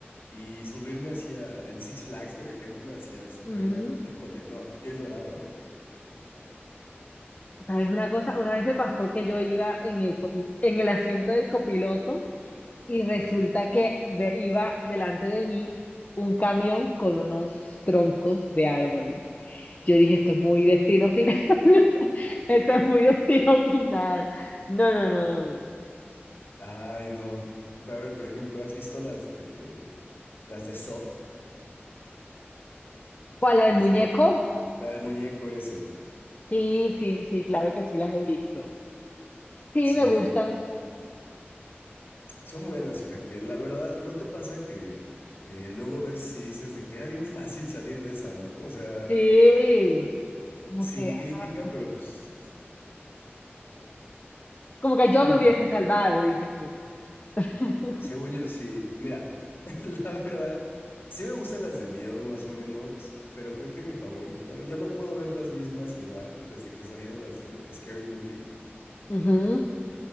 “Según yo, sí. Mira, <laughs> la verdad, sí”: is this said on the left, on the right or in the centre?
Left